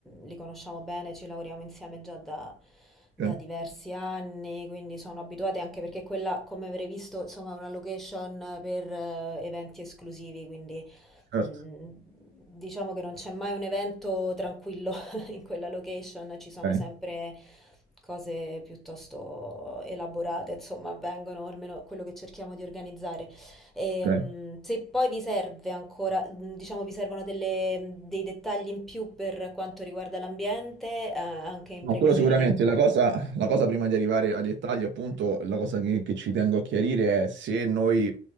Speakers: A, in the centre; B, on the right (about 65°).
A: li conosciamo bene, ci lavoriamo insieme già da,
B: Ok,
A: da diversi anni, quindi sono abituati anche perché quella, come avrei visto, insomma, è una location per eh, eventi esclusivi, quindi
B: Certo.
A: mm, diciamo che non c'è mai un evento tranquillo in quella location ci sono
B: Ok,
A: sempre cose piuttosto elaborate, insomma, avvengono, almeno quello che cerchiamo di organizzare. E,
B: ok.
A: mh, se poi vi serve ancora, mh, diciamo, vi servono delle- dei dettagli in più per quanto riguarda l'ambiente, eh, anche in
B: No,
A: previsione
B: quello sicuramente.
A: dei...
B: La cosa, la cosa prima di arrivare ai dettagli, appunto, la cosa che, che ci tengo a chiarire è se noi,